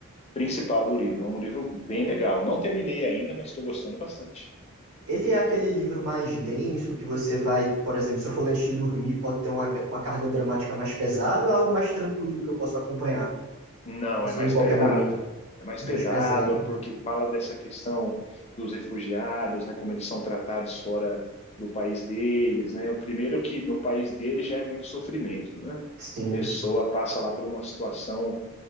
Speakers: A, on the left (about 30°); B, on the right (about 80°).
A: principal do livro. É um livro bem legal. Não terminei ainda, mas estou gostando bastante.
B: Ele é aquele livro mais denso que você vai, por exemplo, se eu for ler antes de dormir, pode ter uma, uma carga dramática mais pesada, ou é algo mais tranquilo que eu posso acompanhar?
A: Não,
B: Posso
A: é mais
B: ler em qualquer
A: pesado.
B: momento.
A: É mais
B: É
A: pesado
B: mais pesado.
A: porque fala dessa questão dos refugiados, né, como eles são tratados fora do país deles, né? O primeiro que no país deles já é muito sofrimento, né?
B: Sim.
A: Pessoa passa lá por uma situação